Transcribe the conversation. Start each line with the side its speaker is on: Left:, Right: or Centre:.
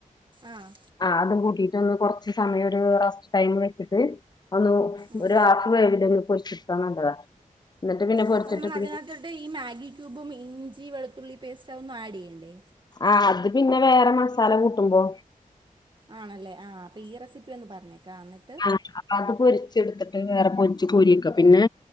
Right: ആഹ്
Left: ആഹ അതും കൂട്ടി ഒന്ന് കൊറച്ച് സമയം ഒരു റസ്റ്റ് ടൈം വെച്ചിട്ട് ഒന്ന്
Right: ആഹ്
Left: ഒരു ഹാഫ് വേവിലെ ഒന്ന് പൊരിച്ചെടുത്താ നല്ലതാ എന്നിട്ട് പിന്നെ പൊരിച്ചിട്ട്
Right: അപ്പ നമ്മൾ അതിനകത്തട്ട്
Left: പിന്നെ
Right: ഈ മാഗി ക്യൂബും ഇഞ്ചി വെളുത്തുള്ളി പേസ്റ്റ് അതെ ഒന്നും ആഡ് ചെയ്യണ്ടെ
Left: ആ അത് പിന്നെ വേറെ മസാല കൂട്ടുമ്പൊ
Right: ആണല്ലേ ആ അപ്പം ഈ റെസിപ്പി ഒന്ന് പറഞ്ഞേക്കാംന്നിട്ട്
Left: അപ്പ അത് പൊരിച്ചെടുത്തിട്ട് വേറെ പൊരിച്ച് കോരിവെക്ക പിന്നെ